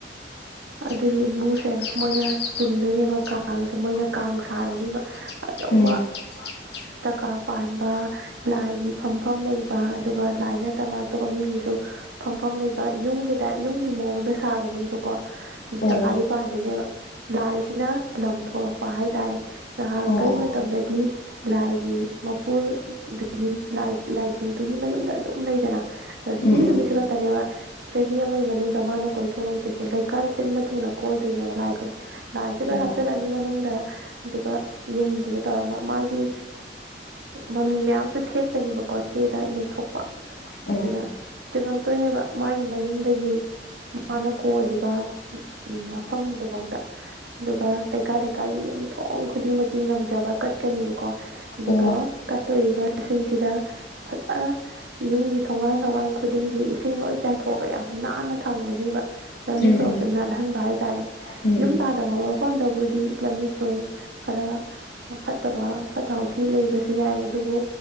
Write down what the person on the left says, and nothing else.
<inaudible>
<inaudible>
<unintelligible>
ꯑꯣ
ꯑꯣ ꯑꯣ
ꯎꯝ
ꯎꯝ
ꯑꯣ
ꯎꯝ
ꯑꯣ
ꯎꯝ
ꯎꯝ
ꯎꯝ ꯎꯝ ꯎꯝ